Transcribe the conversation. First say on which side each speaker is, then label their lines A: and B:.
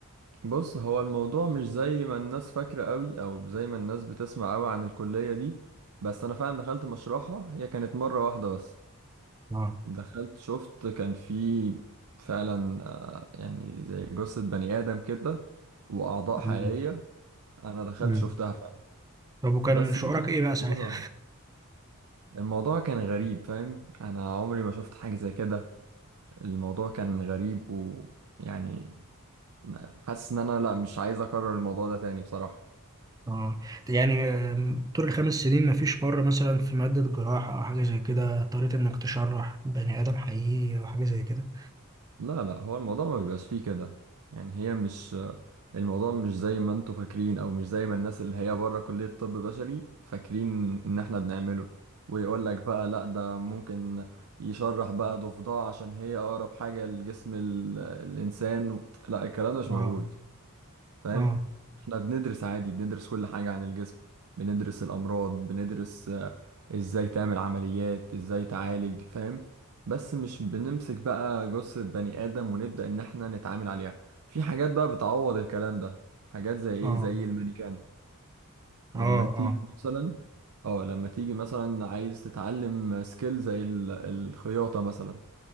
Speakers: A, on the right; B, on the right.
A: بص هو الموضوع مش زي ما الناس فاكرة قوي او زي ما الناس بتسمع قوي عن الكلية دي بس انا فعلا دخلت مشروعها هي كانت مرة واحدة بس
B: اه
A: دخلت شفت كان في فعلا آه، يعني زي جثة بني آدم كده وأعضاء حقيقية
B: امم
A: أنا دخلت
B: امم
A: شفتها فعلا
B: طب وكان
A: بس
B: شعورك
A: دي كانت
B: ايه بقى ساعتها
A: مرة الموضوع كان غريب فاهم أنا عمري ما شفت حاجة زي كده الموضوع كان غريب ويعني ما- حاسس إن أنا لأ مش عايز أكرر الموضوع ده تاني بصراحة
B: اه يعني آم، طول الخمس سنين مفيش مره مثلا في ماده جراحه او حاجه زي كده اضطريت انك تشرح بني ادم حقيقي او حاجه زي كده
A: لا لا هو الموضوع ما بيبقاش فيه كده يعني هي مش الموضوع مش زي ما انتوا فاكرين او مش زي ما الناس اللي هي بره كلية طب بشري فاكرين ان احنا بنعمله ويقول لك بقى لا ده ممكن يشرح بقى ضفدع عشان هي اقرب حاجة لجسم ال... الانسان لا الكلام ده مش
B: اه
A: موجود فاهم
B: اه
A: احنا بندرس عادي بندرس كل حاجة عن الجسم بندرس الأمراض بندرس آه، ازاي تعمل عمليات ازاي تعالج فاهم بس مش بنمسك بقى جثة بني آدم ونبدأ إن احنا نتعامل عليها في حاجات بقى بتعوض الكلام ده حاجات زي ايه
B: اه
A: زي المانيكان لما
B: اه
A: تيجي
B: اه
A: مثلا اه لما تيجي مثلا عايز تتعلم سكيل زي ال- الخياطة مثلا